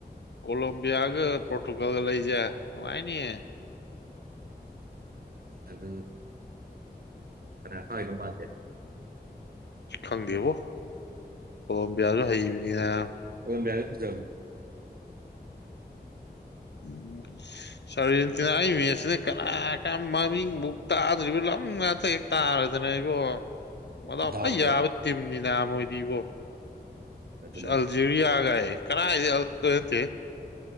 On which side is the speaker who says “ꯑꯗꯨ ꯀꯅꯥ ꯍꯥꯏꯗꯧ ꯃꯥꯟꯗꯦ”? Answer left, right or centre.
Right